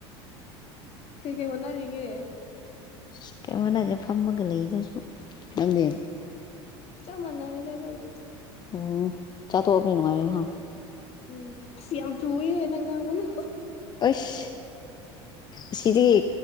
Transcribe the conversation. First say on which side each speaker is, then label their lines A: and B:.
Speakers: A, on the left; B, on the left.
A: ꯀꯩ ꯀꯩ ꯍꯣꯅꯔꯔꯤꯒꯦ
B: ꯁꯤꯈꯥꯏ ꯃꯅꯨꯡꯖ ꯐꯥꯝ ꯃꯒ ꯂꯩꯏꯗꯁꯨꯪꯗꯦ
A: ꯆꯃꯅꯅꯤ ꯀꯔꯤꯕꯗꯤ
B: ꯎꯝ ꯆꯥ ꯊꯣꯅꯦꯅ ꯑꯌꯦ ꯍꯥ
A: ꯎꯝ ꯁꯤ ꯌꯥꯝ ꯄꯦ ꯅꯪꯉꯉꯨꯅ
B: ꯑꯁ ꯑꯁꯤꯗꯒꯤ